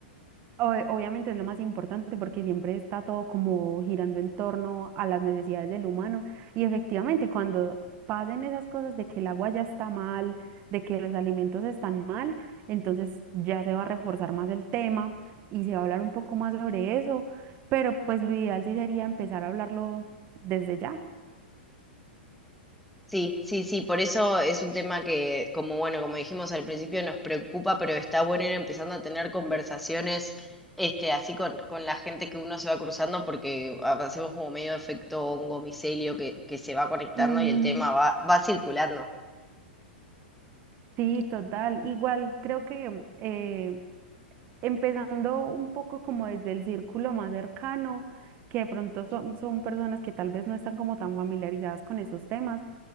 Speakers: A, on the right (about 35°); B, in the centre.
A: o- Obviamente es lo más importante porque siempre está todo como girando en torno a las necesidades del humano y efectivamente cuando pasen esas cosas de que el agua ya está mal, de que los alimentos están mal, entonces ya se va a reforzar más el tema y se va a hablar un poco más sobre eso, pero pues lo ideal sí sería empezar a hablarlo desde ya.
B: Sí, sí, sí, por eso es un tema que, como bueno, como dijimos al principio, nos preocupa, pero está bueno ir empezando a tener conversaciones, este, así con, con la gente que uno se va cruzando, porque ha- hacemos como medio efecto hongo micelio que, que se va conectando
A: Ujú,
B: y el tema va, va circulando.
A: Sí, total. Igual creo que eh, empezando un poco como desde el círculo más cercano, que de pronto son, son personas que tal vez no están como tan familiarizadas con esos temas,